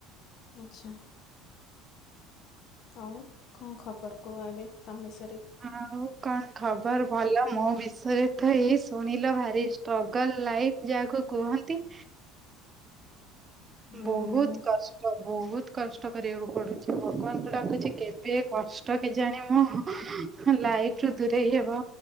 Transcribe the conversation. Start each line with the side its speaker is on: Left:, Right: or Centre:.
Left: ଆଚ୍ଛା। ଆଉ କଣ ଖବର କୁହ ଏବେ ତମେ ସ
Right: ଆଉ କଣ ଖବର ଭଲ ମୁଁ ବି? ଶ <unintelligible> ତ ଏଇ ଶୁଣିଲ ଭାରି ଷ୍ଟ୍ରଗଲ ଲାଇଫ ଯାହାକୁ କୁହନ୍ତି। ବହୁତ
Left: ଓ
Right: କଷ୍ଟ ବହୁତ। କଷ୍ଟ। କଷ୍ଟ କରିବାକୁ ପଡୁଛି ଭଗବାନଙ୍କୁ ଡାକୁଛି କେବେ କଷ୍ଟ କି ଜାଣି ମୋ ଲାଇଫ ରୁ ଦୂରେଇ ହବ।